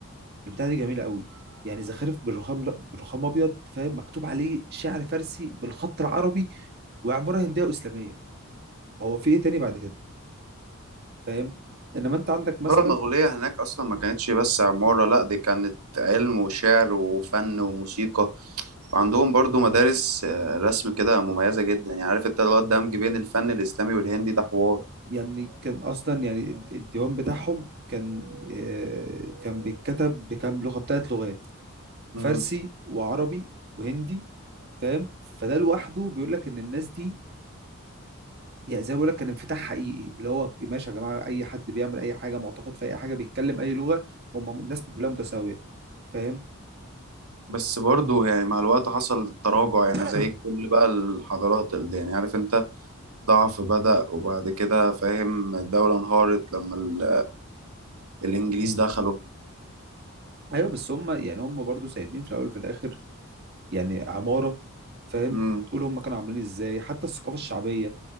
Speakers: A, on the right; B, on the right.
A: البتاعة دي جميلة قوي يعني زخارف بالرخام لا بالرخام ابيض فاهم مكتوب عليه شعر فارسي بالخط العربي وعمارة هندية واسلامية هو في ايه تاني بعد كده فاهم انما انت عندك
B: الحضارة
A: مثلا
B: المغولية هناك أصلا ما كانتش بس عمارة لأ دي كانت علم وشعر وفن وموسيقى وعندهم برضو مدارس آه، رسم كده مميزة جدا يعني عارف انت اللي هو الدمج بين الفن الإسلامي والهندي ده حوار
A: يعني كان اصلا يعني الد- الديوان بتاعهم كان آه، كان بيتكتب بكام لغة بتلات لغات
B: مم.
A: فارسي وعربي وهندي فاهم فده لوحده بيقول لك ان الناس دي يعني زي ما بقول لك كان انفتاح حقيقي اللي هو ماشي يا جماعه اي حد بيعمل اي حاجه معتقد في اي حاجه بيتكلم اي لغه هم الناس كلها متساويه فاهم
B: بس برضو يعني مع الوقت حصل تراجع يعني
A: <coughs>
B: زي كل
A: <clears throat>
B: بقى الحضارات اللي يعني عارف انت ضعف بدأ وبعد كده فاهم الدولة انهارت لما ال- الإنجليز دخلوا
A: ايوه بس هم يعني هم برضو سايبين في الاول وفي الاخر يعني عماره فاهم
B: مم.
A: بتقول هم كانوا عاملين ازاي حتى الثقافه الشعبيه